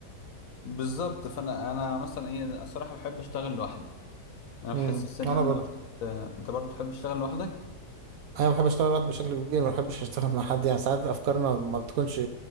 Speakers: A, on the left; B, on the right.
A: بالظبط فانا انا مثلا ايه الصراحه بحب اشتغل لوحدي انا
B: امم
A: بحس بس ان
B: أنا
A: انا
B: برضو
A: لو ت- انت برضه بتحب تشتغل لوحدك
B: انا بحب اشتغل لوحدي بشكل كبير ما بحبش اشتغل مع حد يعني ساعات افكارنا ما بتكونش